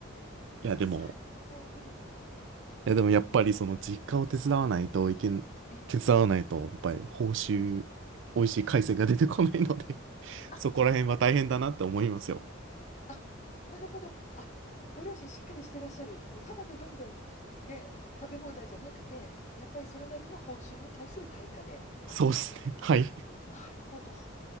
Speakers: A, on the right; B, on the left.
A: やでも、
B: 最高。うん。
A: いや、でもやっぱりその実家を手伝わないといけん、
B: ね。
A: 手伝わないと、やっぱり報酬、美味しい海鮮が出てこないので <laughs>
B: あ、
A: そこら辺は大変だなって思いますよ。
B: あ、なるほど。あ、ご両親しっかりしてらっしゃる。もうただでどんどんね、食べ放題じゃなくて、やっぱりそれなりの報酬に対する対価であると。
A: そうですね。はい。
B: なるほど。